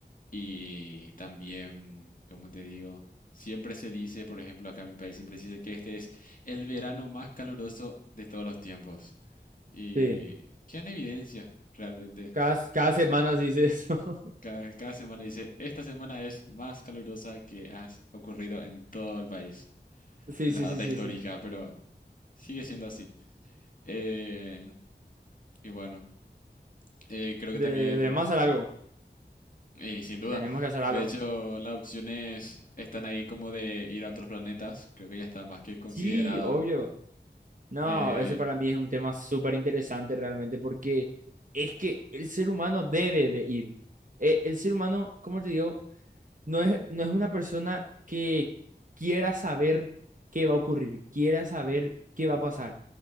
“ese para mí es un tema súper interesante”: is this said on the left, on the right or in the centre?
Right